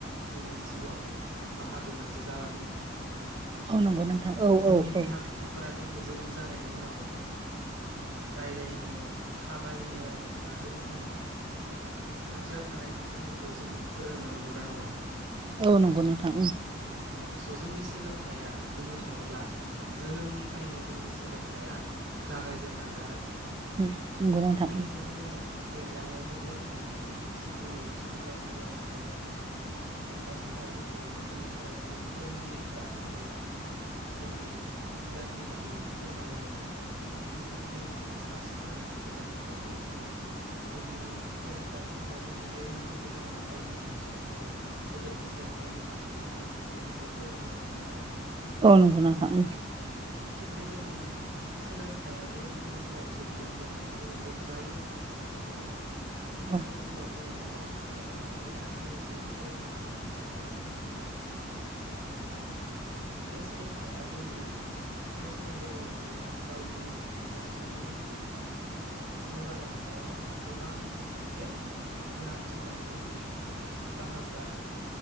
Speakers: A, on the right; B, on the right.
A: जोंनि जिउआव बाहागो मोन जालाङो
B: औ नंगौ नोंथां औ
A: जोंनि
B: औ औ
A: बिमा फि फाफोरा जोंखौ जोनोम जानायनि उनाव रायलायनो थाबायनो बा जोंनि साखाथियाव थानाय बुस्थुफोरखौ जोंनो फोरोङो नंगौ ना नङा
B: औ नंगौ नोंथां
A: औ स' जोंनि सोलोंथाइया बुंनो थाङोब्ला जोनोमनिफ्रायनो जोंनि सोलोंथाइया जागायजेनलाङो आरो
B: उम नंगौ नोंथां
A: बेबायदिनो
B: उम
A: जोङो देरलांनायजों लोगोसे जे जोंनि स्कुल फरायसालियाव थांनाय थांनाय समाव जोंखौ जोंनि फरायसालिनि फोरोंगिरिफोरा जोंखौ जोंनि गियाननि बागै फोरमायो डिसिप्लिन बा साब सिखोन थानायनि बागै फोरमायो जोंनि केरेक्टारफोरखो जोंनि भेलुफोरखो जोङो माबायदि दिन्थिनांगौ गोदोरफोरखौ माबायदि मान सनमान होनांगौ बेफोरखौ फोरोङो नंगौ ना नङा?
B: औ नंगौ नोंथां उम
A: औ थिग बेबायदिनो सोलोंथाइया जे जोंनि जिउआव जोबगोन बे नङा जोङो जेब्लायबो सानसे सानसे जोंनि सानफ्रोमबो
B: औ
A: जिउआव जोङो माबा मोनसे नङाथाय माबा गोदान जोङो जिउआव सोलोंलांनो मोनबाय थायो। बे सोलोंथाइया जोंनि पार्सनेल डेभ'लेपमेन्ट गावनि हारसिंनि ओ जौगालांनायाव गोबां मोनसे गोनांथि मोनसे ओ बाहागो आरो।